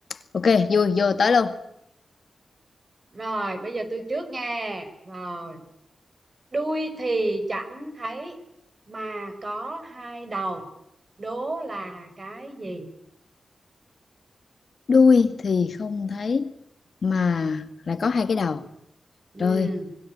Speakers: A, on the left (about 60°); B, on the right (about 40°).
A: ok vui vô tới luôn
B: Rồi, bây giờ tôi trước nghe. Rồi, đuôi thì chẳng thấy mà có hai đầu, đố là cái gì?
A: đuôi thì không thấy mà lại có hai cái đầu
B: Ừ.
A: rồi